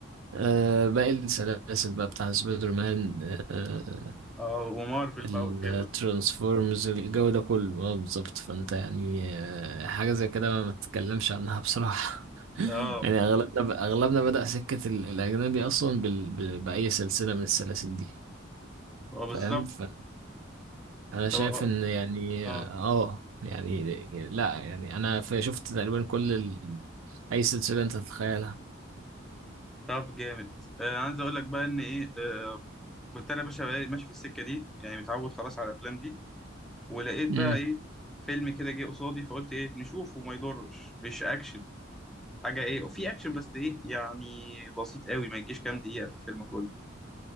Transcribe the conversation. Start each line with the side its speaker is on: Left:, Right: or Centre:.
Right: آه، باقي السلاسل بقى بتاع سبايدر مان آه،
Centre: اه ومارفل
Right: الترانسفورمز
Centre: بقى والجو ده
Right: الجو ده كله اه بالظبط فانت يعني آه، حاجه زي كده ما تتكلمش عنها بصراحه <laughs>
Centre: ده اه
Right: يعني اغلبنا اغلبنا بدأ سكه ال- الاجنبي اصلا بال... ب- باي سلسله من السلاسل دي
Centre: هو بالظبط
Right: فاهم فانا
Centre: طب
Right: شايف
Centre: اه
Right: ان يعني
Centre: آه،
Right: اه يعني لا يعني انا ف- شفت تقريبا كل ال... اي سلسله انت تتخيلها
Centre: طب جامد آه، انا عايز اقول لك بقى ان ايه آه كنت انا يا باشا بقى ماشي في السكه دي يعني متعود خلاص على الافلام دي ولقيت بقى
Right: امم
Centre: ايه فيلم كده جه قصادي فقلت ايه نشوفه ما يضرش مش اكشن حاجه ايه وفي اكشن بس ايه يعني بسيط قوي ما يجيش كام دقيقه في الفيلم كله